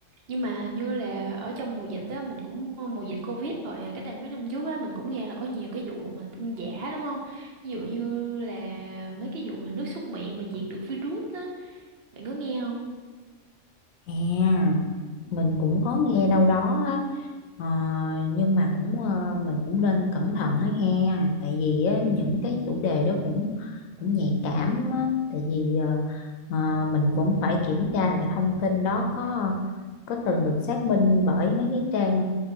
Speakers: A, on the right; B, on the left.
A: nhưng mà hình như là ở trong mùa dịch á mình cũng mùa dịch Covid rồi à, cách đây mấy năm trước á mình cũng nghe là có nhiều cái vụ mà tin giả đúng không? Ví dụ như là mấy cái vụ mà nước súc miệng mà diệt được virus á Bạn có nghe không?
B: À, mình cũng có nghe đâu đó á. Ờ, nhưng mà cũng ờ, mình cũng nên cẩn thận á ha, tại vì á, những cái chủ đề đó cũng cũng nhạy cảm lắm á, tại vì ờ, ờ, mình cũng phải kiểm tra lại thông tin đó có có từng được xác minh bởi mấy cái trang